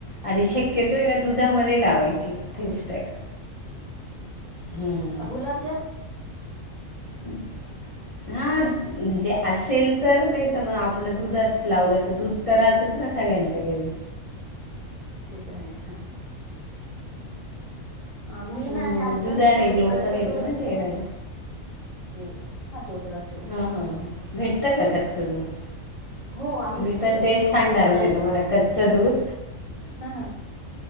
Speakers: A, on the left; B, on the right.
A: आणि शक्यतो आहे ना दुधामध्ये लावायची. फेसपॅक
B: ओके
A: हम्म.
B: गुलाबजल?
A: <unintelligible> हा म्हणजे असेल तर, नाही तर मग आपलं दुधात लावलं तर दूध तर राहतचं ना सगळ्यांच्या घरी.
B: ते तर आहेस हा. अ मी
A: हम्म,
B: ना आजकाल
A: दुधाने
B: ना थोडं
A: ग्लो
B: ते कच्च
A: पण येतो
B: दूध असतं
A: चेहऱ्याला
B: ना? ते हा तो तर अस
A: हा हा भेटतं का कच्चं दुध?
B: हो आम
A: मी
B: स-
A: पण तेच
B: जेव्हा आमचं
A: सांगणार होते
B: गाईच
A: तुम्हाला कच्च
B: ह
A: दूध.
B: ह ह